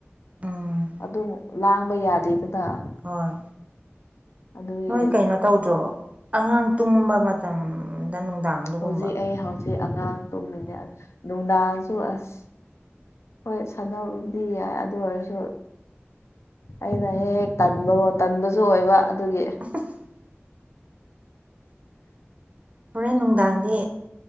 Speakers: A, on the right (about 30°); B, on the left (about 75°).
A: ꯎꯝ
B: ꯑꯗꯨꯝ ꯂꯥꯡꯕ ꯌꯥꯗꯦꯗꯅ
A: ꯍꯣꯏ
B: ꯑꯗꯨꯒꯤ
A: ꯅꯣꯏ ꯀꯩꯅꯣ ꯇꯧꯗ꯭ꯔꯣ ꯑꯉꯥꯡ ꯇꯨꯝꯕ ꯃꯇꯝꯗ ꯅꯨꯡꯗꯥꯡꯗꯨꯒꯨꯝꯕ
B: ꯍꯧꯖꯤꯛ ꯑꯩ ꯍꯧꯖꯤꯛ ꯑꯉꯥꯡ ꯇꯨꯝꯃꯤꯟꯅ ꯅꯨꯡꯗꯥꯡꯁꯨ ꯑꯁ ꯍꯣꯏ ꯁꯥꯟꯅꯕꯕꯨꯗꯤ ꯌꯥꯏ ꯑꯗꯨ ꯑꯣꯏꯔꯁꯨ ꯑꯩꯅ ꯍꯦꯛ ꯍꯦꯛ ꯇꯟꯕꯣ ꯇꯟꯕꯁꯨ ꯑꯣꯏꯕ ꯑꯗꯨꯒꯤ꯫
A: <inaudible> ꯍꯣꯔꯦꯟ ꯅꯨꯡꯗꯥꯡꯗꯤ